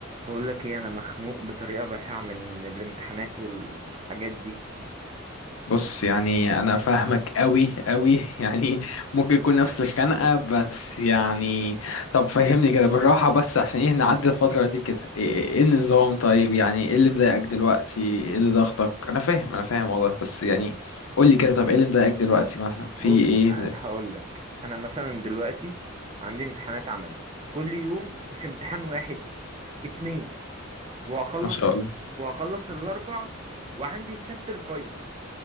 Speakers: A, on the right (about 25°); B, on the left (about 75°).
A: بقول لك ايه انا مخنوق بطريقه بشعه من الامتحانات والحاجات دي
B: بص يعني انا فاهمك قوي قوي <laughs> يعني ممكن يكون نفس الخنقه بس يعني طب فهمني كده بالراحه بس عشان ايه نعدي الفتره دي كده ايه إيه النظام طيب يعني ايه اللي مضايقك دلوقتي ايه اللي ضغطك انا فاهم انا فاهم والله بس يعني قول لي كده طب ايه اللي مضايقك دلوقتي مثلا في
A: بص
B: ايه مضايق
A: هقول لك انا مثلا دلوقتي عندي امتحانات عملي كل يوم مش امتحان واحد اتنين وهخلص
B: <laughs> ما شاء الله
A: وهخلص الاربع وعندي السبت الفاينل